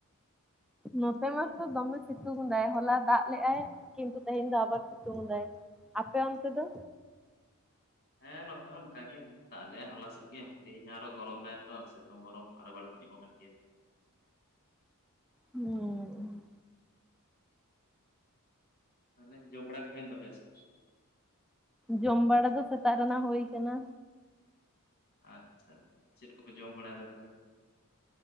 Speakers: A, in the centre; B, on the left (about 45°).
A: ᱱᱚᱛᱮ ᱢᱟᱛᱚ ᱫᱚᱢᱮ ᱥᱤᱛᱩᱝ ᱫᱟᱭ ᱦᱚᱞᱟ ᱫᱟᱜ ᱞᱮᱜᱟᱭ ᱠᱤᱱᱛᱩ ᱛᱮᱦᱮᱧ ᱫᱚ ᱟᱵᱟᱨ ᱥᱤᱛᱩᱝ ᱫᱟᱭ ᱟᱯᱮ ᱚᱱᱛᱮ ᱫᱚ?
B: ᱦᱮᱸᱻ ᱱᱚᱛᱮ ᱦᱚᱸ ᱚᱱᱠᱟ ᱜᱮ ᱫᱟᱜ ᱞᱮᱜ-ᱟᱭ ᱦᱚᱞᱟ ᱥᱮᱫ ᱜᱮ ᱛᱮᱦᱮᱧ ᱟᱨᱚ ᱜᱚᱨᱚᱢ ᱫᱟᱭᱛᱚ ᱥᱮᱛᱳᱝ ᱜᱚᱨᱚᱢ ᱟᱨᱚ ᱵᱟᱹᱲᱛᱤᱧᱚᱜ ᱠᱟᱱ ᱜᱮᱭᱟ
A: ᱦᱩᱸᱻ
B: ᱛᱟᱞᱦᱮ ᱡᱚᱢ ᱵᱟᱲᱟ ᱠᱚ ᱦᱳᱭᱮᱱ ᱛᱟᱯᱮᱭᱟᱥᱮ ᱵᱟᱝ?
A: ᱡᱚᱢ ᱵᱟᱲᱟ ᱫᱚ ᱥᱮᱛᱟᱜ ᱨᱮᱱᱟᱜ ᱦᱳᱭ ᱠᱟᱱᱟ᱾
B: ᱟᱪᱷᱟ-ᱟᱪᱷᱟ ᱪᱮᱫ ᱠᱚᱯᱮ ᱡᱚᱢ ᱵᱟᱲᱟᱭᱫᱟ ᱛᱟᱞᱦᱮ?